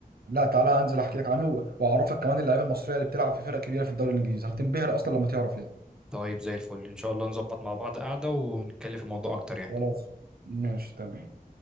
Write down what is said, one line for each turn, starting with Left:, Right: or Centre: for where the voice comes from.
Right: لا تعالى انزل احكي لك عنه واعرفك كمان اللعيبه المصريه اللي بتلعب في فرق كبيره في الدوري الانجليزي هتنبهر اصلا لما تعرف يعني
Centre: طيب زي الفل ان شاء الله نظبط مع بعض قعدة ونتكلم في الموضوع اكتر يعني
Right: خلاص ماشي تمام